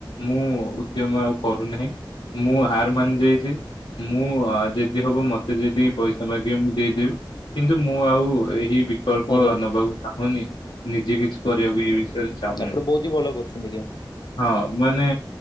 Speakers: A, on the left; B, on the left.
A: ମୁଁ ଉଦ୍ୟମ ଆଉ କରୁନାହିଁ ମୁଁ ହାର ମାନି ଯାଇଛି। ମୁଁ ଯଦି ହବ ମତେ ଯଦି ପଇସା ମାଗିବେ ମୁଁ ଦେଇଦେବି। କିନ୍ତୁ ମୁଁ ଆଉ ଏହି ବିକଳ୍ପ
B: ଆଜ୍ଞା
A: ନବାକୁ ଚାହୁଁନି। ନିଜେ କିଛି କରିବାକୁ ଏଇ ବିଷୟରେ ଚାହୁଁନି।
B: ଆପଣ ବହୁତ ହି ଭଲ କରୁଛନ୍ତି ଆଜ୍ଞା
A: ହଁ ମାନେ